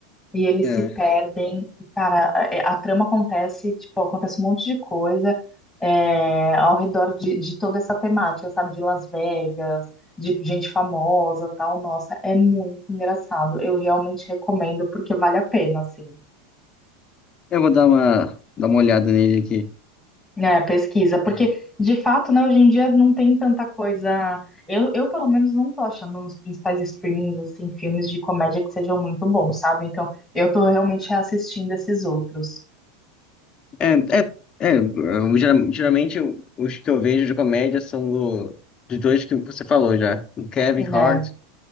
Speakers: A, in the centre; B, on the left (about 30°).
A: E eles
B: É,
A: se perdem, e, cara, a, é- a trama acontece, tipo, acontece um monte de coisa é, ao redor de, de toda essa temática, sabe? De Las Vegas, de gente famosa, tal. Nossa, é muito engraçado. Eu realmente recomendo, porque vale a pena, assim,
B: eu vou dar uma, dar uma olhada nele aqui.
A: né? Pesquisa. Porque,
B: É,
A: de fato, né, hoje em dia não tem tanta coisa. Eu, eu, pelo menos, não tô achando nos principais streamings, assim, filmes de comédia que sejam muito bons, sabe? Então, eu tô realmente reassistindo esses outros.
B: é, é, eu geral- geralmente eu- os que eu vejo de comédia são do, dos dois que você falou já, do Kevin
A: né
B: Hart